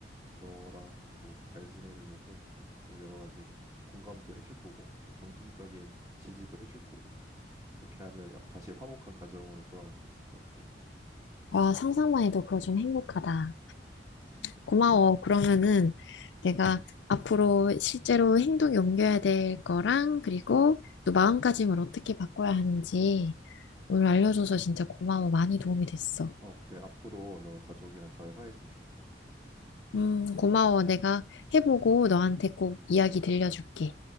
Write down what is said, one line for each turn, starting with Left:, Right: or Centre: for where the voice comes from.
Right: 너랑도 잘 지내려고 또 여러 가지 공감도 해줄 거고 좀 정신적인 지지도 해줄 거고 그렇게 하면 야- 다시 화목한 가정으로 돌아갈 수 있을 것 같아.
Left: 와, 상상만 해도 그거 좀 행복하다.
Right: 응, 그래.
Left: 고마워. 그러면은 내가 앞으로 실제로 행동 옮겨야 될 거랑 그리고 또 마음가짐을 어떻게 바꿔야 하는지 오늘 알려줘서 진짜 고마워. 많이 도움이 됐어.
Right: 어, 그래. 앞으로 너 가족이랑 잘 화해했으면 좋겠다.
Left: 음, 고마워. 내가 해보고 너한테 꼭 이야기 들려줄게.